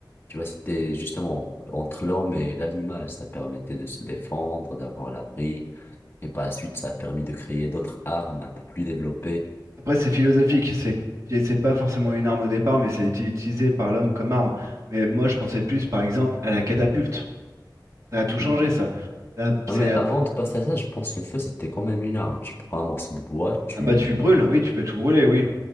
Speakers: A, on the left; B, on the right.
A: tu vois, c'était justement entre l'homme et l'animal, ça permettait de se défendre, d'avoir l'abri. Et par la suite, ça a permis de créer d'autres armes un peu plus développées.
B: Après, c'est philosophique,
A: tu vois.
B: c'est et c'est pas forcément une arme au départ, mais c'est a été utilisé par l'homme comme arme. Mais moi, je pensais plus, par exemple, à la catapulte. Ça a tout changé,
A: Hmm.
B: ça. Ça,
A: Non,
B: c'est
A: mais
B: à-
A: avant de passer à ça, je pense que le feu, c'était quand même une arme. Tu prends un morceau de bois, tu,
B: ah bah tu brûles, oui, tu peux tout brûler, oui.